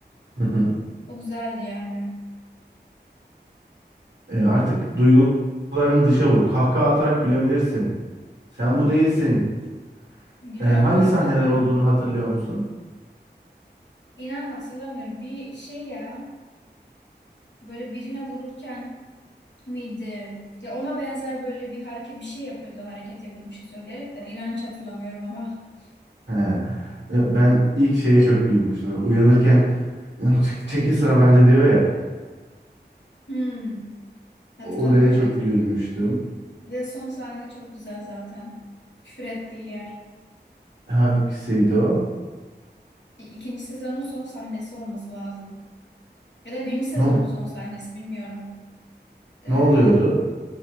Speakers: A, on the right (about 80°); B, on the left (about 75°).
A: hı hı.
B: O güzeldi yani.
A: Ee, artık duygularını dışa vur. Kahkaha atarak gülebilirsin. Sen bu değilsin.
B: Gülüyorum
A: Ee, hangi
B: zaten
A: sahneler
B: de.
A: olduğunu hatırlıyor musun?
B: İnan hatırlamıyorum. Bir şey ya böyle birine vururken miydi? Ya ona benzer böyle bir hareket bir şey yapıyordu. Hareket yapıyordu bir şey söyleyerek de. İnan hiç hatırlamıyorum ama. <laughs>
A: He. Ee, Ben ilk şeye çok gülmüştüm. Uyanırken "Çek- çekil sıra bende diyor ya.
B: Hmm, hatırladım
A: Oraya
B: evet.
A: çok gülmüştüm.
B: Bir de son sahne çok güzel zaten. Küfür ettiği yer.
A: Hangisiydi o?
B: İ- İkinci sezonun son sahnesi olması lazım. Ya da birinci sezonun
A: No,
B: son sahnesi bilmiyorum. Ee,
A: ne oluyordu?